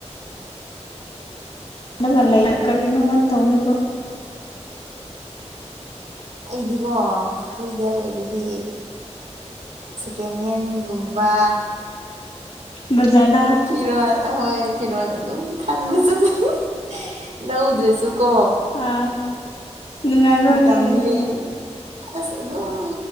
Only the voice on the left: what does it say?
ꯅꯪꯒ ꯂꯩ ꯀꯔꯤꯅꯣ ꯃꯥ ꯇꯧꯋꯦꯕ
ꯕꯖꯥꯔꯗ
ꯑꯥ ꯅꯨꯡꯉꯥꯏꯕꯅꯤꯅꯦ
ꯑꯗꯨꯗꯤ